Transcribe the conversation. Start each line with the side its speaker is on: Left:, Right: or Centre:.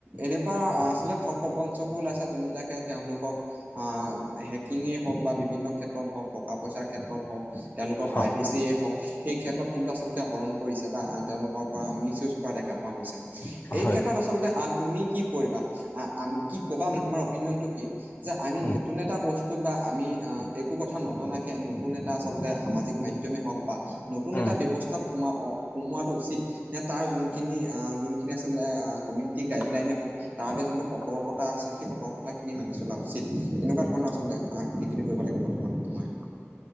Right: এনেকুৱা আচলত ঠগ-প্ৰবঞ্চকো ওলাইছে যোনবিলাকে তেওঁলোকক আ হেকিঙে হওক বা বিভিন্ন ক্ষেত্ৰত হওক টকা-পইচাৰ ক্ষেত্ৰত হওক, তেওঁলোকৰ
Left: হয়
Right: প্ৰাইভেচিয়ে হওক সেইক্ষেত্ৰত কিন্তু আচলতে হৰণ কৰিছে বা আ তেওঁলোকৰ পৰা মিছ ইউজ কৰা দেখা পোৱা গৈছে।
Left: হয়
Right: ত আচলতে আগ তুমি কি কৰিবা আ আম কি ক'বা মানে তোমাৰ অপিনিয়নটো কি? যে আমি
Left: উম
Right: নতুন এটা বচ টো বা আমি আ একো কথা নজনাকে নতুন এটা আচলতে সামাজিক মাধ্যমেই হওক বা নতুন
Left: উম
Right: এটা ব্যৱস্থাত সোমোৱা সোমোৱাটো উচিত নে তাৰ যোনখিনি আহ যোনখিনি <unintelligible> আ কমিউনিটি গাইডলাইনে হওক। তাৰ বাবে যোনটো সতৰ্কতা আছে সেই সতৰ্কতাখিনি মানি চলা উচিত। তেনেকুৱা ধৰণৰ আচলতে আহ সেইখিনি কৰিব লাগিব বৰ্তমান। সময়ত।